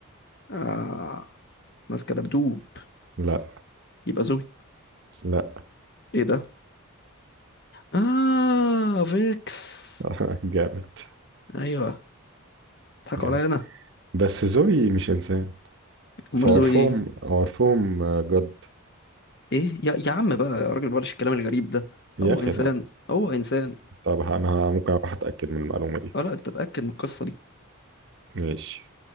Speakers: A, on the left; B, on the right.
A: آه. ماسكة دبدوب
B: لا
A: يبقى زوي
B: لا
A: ايه ده اه فيكس
B: <laughs> جامد
A: ايوه اضحكوا
B: جامد
A: عليا انا
B: بس زوي مش انسان
A: امال
B: فعرفهم
A: زوي ايه
B: عرفهم آه، جد
A: ايه يا, يا عم بقى يا راجل بلاش الكلام الغريب ده
B: يا
A: هو
B: اخي
A: انسان
B: لا
A: هو انسان
B: طب انا ممكن اروح اتاكد من المعلومة دي
A: اه لا انت اتأكد من القصة دي
B: ماشي